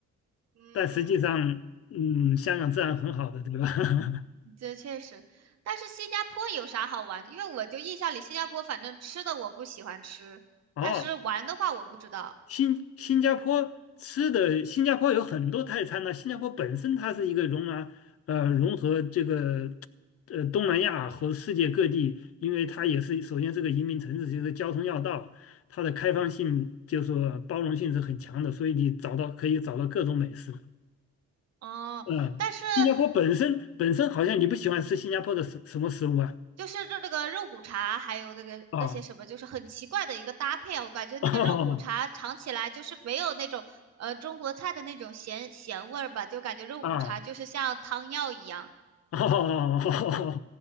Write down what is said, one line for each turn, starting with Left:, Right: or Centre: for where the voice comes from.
Right: 嗯，
Left: 但实际上，嗯，香港治安很好的，对吧？<laughs>
Right: 这确实，但是新加坡有啥好玩的？因为我就印象里新加坡反正吃的我不喜欢吃，
Left: 哦，
Right: 但是玩的话我不知道。
Left: 新新加坡吃的，新加坡有很多泰餐呢、新加坡本身它是一个容纳呃融合这个呃东南亚和世界各地，因为它也是首先是个移民城市，就是交通要道，它的开放性就是说包容性是很强的，所以你找到可以找到各种美食。
Right: 哦，
Left: 嗯，
Right: 但是，
Left: 新加坡本身本身好像你不喜欢吃新加坡的什什么食物啊？
Right: 嗯，就是这那个肉骨茶，还有那个那些什么，
Left: 啊
Right: 就是很奇怪的一个搭配啊。我感觉那个肉骨茶尝起来就是没有那种呃中国菜的那种咸咸味儿吧，
Left: <laughs>
Right: 就感觉肉骨茶就是像汤药一样。
Left: 啊哦，